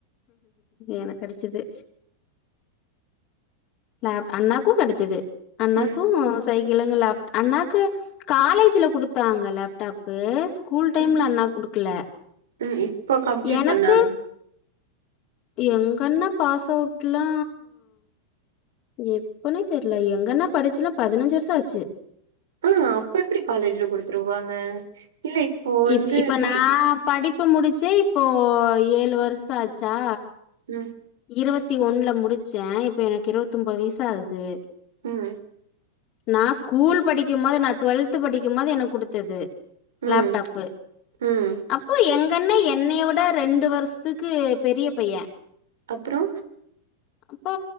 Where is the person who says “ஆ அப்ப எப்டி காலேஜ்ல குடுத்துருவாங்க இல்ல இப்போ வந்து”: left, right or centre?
Right